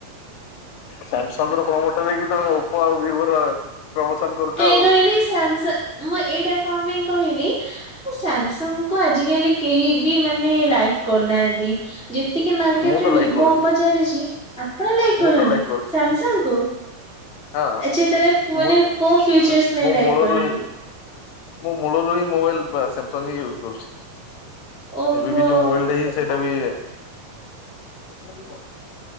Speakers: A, on the left; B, in the centre.
A: ସାମସଙ୍ଗ ର ପ୍ରମୋଟର ହେଇକି ତମେ ଓପୋ ଆଉ ଭିବୋ ର ପ୍ରମୋସନ କରୁଛ
B: କାହିଁ
A: ଆଉ।
B: କହିଲି ସାମସଙ୍ଗ ମୁଁ ଏଇଟା କଣ ପାଇଁ କହିଲି ସାମସଙ୍ଗ କୁ ଆଜିକାଲି କେହି ବି ମାନେ ଲାଇକ୍ କରୁନାହାନ୍ତି ଯେତିକି ମାର୍କେଟରେ
A: ମୁଁ ତ ଲାଇକ୍
B: ଭିବୋ
A: କରୁଛି
B: ଓପୋ ଚାଲିଛି। ଆପଣ ଲଇକ୍ କରନ୍ତି
A: ମୁଁ ତ ଲାଇକ୍ କରୁଛି
B: ସାମସଙ୍ଗ କୁ?
A: ହଁ
B: ଆଛା ତା ହେଲେ ମାନେ
A: ମୁଁ
B: ଫ୍ୟୁଚର୍ ପାଇଁ
A: ମୁଁ
B: ଲାଇକ୍
A: ମୂଳରୁ
B: କରନ୍ତି।
A: ହିଁ ମୁଁ ମୂଳରୁ ହିଁ ମୋବାଇଲ ସାମସଙ୍ଗ ହିଁ ୟୁଜ୍ କରୁଛି।
B: ଓହୋ
A: ଏବେ ବି ଯୋଉ ମୋବାଇଲଟା ହ ସେଟା ବି <unintelligible>